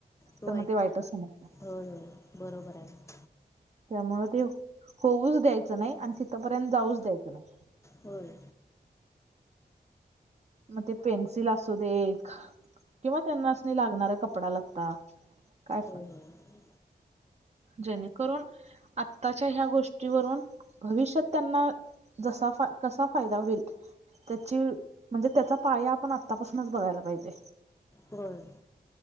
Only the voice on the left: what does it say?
वाईट
असेल
होय होय बरोबर आहे
होय
होय
होय
होय